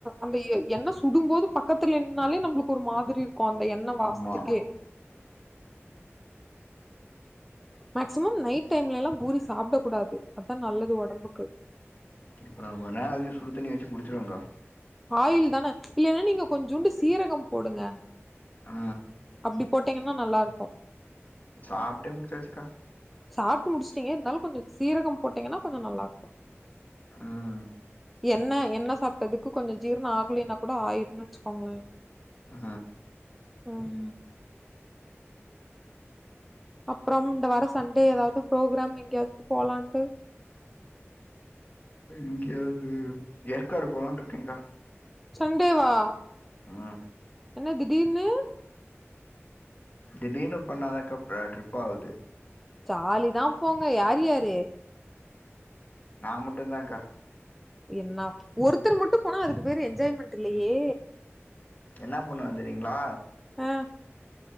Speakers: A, in the centre; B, on the left.
A: அந்த எண்ண சுடு போது பக்கத்துல நின்னாலே நம்ளுக்கு ஒரு மாதிரி இருக்கு அந்த எண்ண வாசத்துக்கே
B: ஆமா
A: மேக்சிமம் நைட் டைம்லலா பூரி சாப்டக் கூடாது அதா நல்லது ஒடம்புக்கு
B: இப்ப நா கொஞ்நேரோ கழுச்சு சுடு தண்ணி வச்சு குடிச்சிருவேக்கா
A: ஆயில் தான இல்லின்னா நீங்க கொஞ்சுண்டு சீரகம் போடுங்க
B: ஆ
A: அப்டி போட்டீங்கன்னா நல்லாருக்கு
B: சாப்டே முடுச்சாச்சுக்கா
A: சாப்ட்டு முடிச்டிங்க இருந்தாலு கொஞ்சோ சீரகோ போட்டீங்கன்னா கொஞ்சோ நல்லா இருக்கு
B: ம்
A: என்ன என்ன சாப் எதுக்கு கொஞ்சோ ஜீரணோ ஆக்லின்னா கூட ஆயிருன்னு வச்சுக்கோங்ளே
B: ஆ
A: ம் அப்றம் இந்த வாரோ சண்டே ஏதாவது ப்ரோக்ராம் எங்கேயாவ்து போலான்ட்டு
B: எங்கேயாவ்து ஏற்காடு போலான்ட்ருக்கேக்கா
A: சண்டேவா
B: ஆ
A: என்ன திடீர்னு
B: திடீர்னு பண்ணாதாக்கா அ ட்ரிப் ஆவுது
A: ஜாலி தா போங்க யார் யாரு
B: நா மட்டுதான்கா
A: என்ன ஒருத்தர் மட்டு போனா அதுக்கு பேரு என்ஜாய்மெண்ட் இல்லேயே
B: என்னா பண்ணுவே தெரியுங்ளா
A: அ